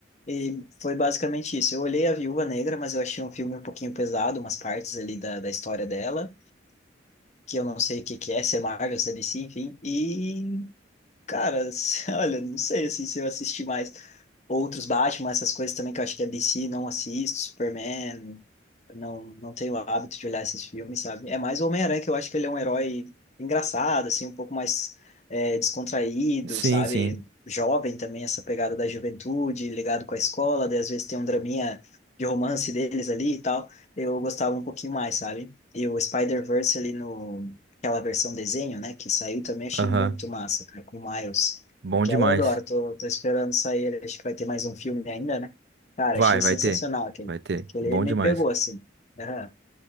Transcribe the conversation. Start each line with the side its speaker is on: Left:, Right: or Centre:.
Left: E foi basicamente isso. Eu olhei a Viúva Negra, mas eu achei um filme um pouquinho pesado, umas partes ali da, da história dela, que eu não sei o que que é, se é Marvel, se é DC, enfim. E Cara, <laughs> olha, não sei assim, se eu assisti mais outros Batman, essas coisas também que eu acho que é DC, não assisto, Superman, não, não tenho o hábito de olhar esses filmes, sabe? É mais o Homem-Aranha, que eu acho que ele é um herói engraçado, assim, um pouco mais é, descontraído,
Right: Sim,
Left: sabe?
Right: sim.
Left: Jovem também, essa pegada da juventude, ligado com a escola, daí às vezes tem um draminha de romance deles ali e tal. Eu gostava um pouquinho mais, sabe? E o Spider-Verse ali no aquela versão desenho, né, que saiu também, achei
Right: Aham.
Left: muito massa, cara, com o Miles.
Right: Bom
Left: Aquela
Right: demais.
Left: eu adoro, tô, tô esperando sair, ele- acho que vai ter mais um filme ainda, né? Cara,
Right: Vai,
Left: achei
Right: vai
Left: sensacional
Right: ter.
Left: aquele.
Right: Vai ter.
Left: Aquele
Right: Bom
Left: me
Right: demais.
Left: pegou, assim. Aham.